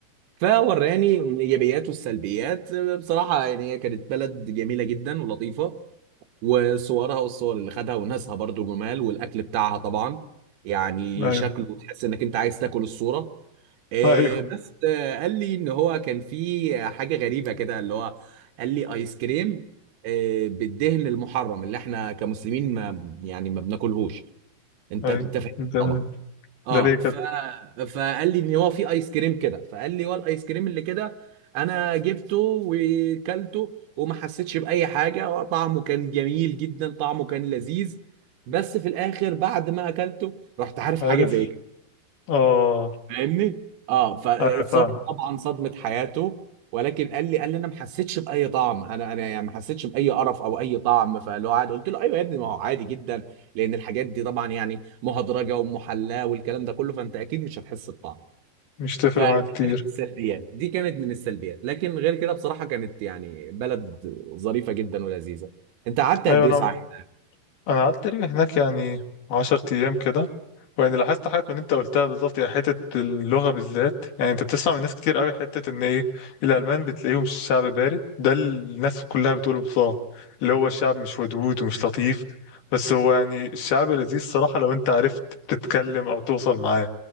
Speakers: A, on the right; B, on the left.
A: فوراني الايجابيات والسلبيات بصراحه يعني هي كانت بلد جميله جدا ولطيفه وصورها والصور اللي خدها وناسها برضو جمال والاكل بتاعها طبعا يعني
B: أيوه
A: شكله تحس انك انت عايز تاكل الصوره إيه،
B: أيوه
A: بس آه، قال لي ان هو كان في حاجه غريبه كده اللي هو قال لي ايس كريم آه، بالدهن المحرم اللي احنا كمسلمين ما يعني ما بناكلهوش انت
B: أيوه
A: انت فاهم
B: ده
A: طبعا اه
B: ده ليه كده
A: ف... فقال لي ان هو في ايس كريم كده فقال لي هو الايس كريم اللي كده انا جبته وكلته وما حسيتش باي حاجه طعمه كان جميل جدا طعمه كان لذيذ بس في الاخر بعد ما اكلته رحت عارف
B: عارف
A: حاجه زي كده
B: آه
A: فاهمني اه فاتصدم
B: أيوه فاهم
A: طبعا صدمه حياته ولكن قال لي قال لي انا ما حسيتش باي طعم انا انا يعني ما حسيتش باي قرف او اي طعم فاللي هو عادي قلت له ايوه يا ابني ما هو عادي جدا لان الحاجات دي طبعا يعني مهدرجه ومحلاه والكلام ده كله فانت اكيد مش هتحس بطعم
B: مش تفرق
A: فدي
B: معايا كتير
A: كانت من السلبيات دي كانت من السلبيات لكن غير كده بصراحه كانت يعني بلد ظريفه جدا ولذيذه انت قعدت
B: أيوه
A: قد ايه
B: أنا
A: صحيح
B: انا قعدت تقريبا هناك يعني عشر ايام كده ويعني لاحظت حاجات من اللي انت قلتها بالظبط يعني حته اللغه بالذات يعني انت بتسمع من ناس كتير قوي حته ان ايه الالمان بتلاقيهم شعب بارد ده اللي الناس كلها بتقوله بصراحه اللي هو الشعب مش ودود ومش لطيف بس هو يعني الشعب لذيذ الصراحه لو انت عرفت تتكلم او توصل معاه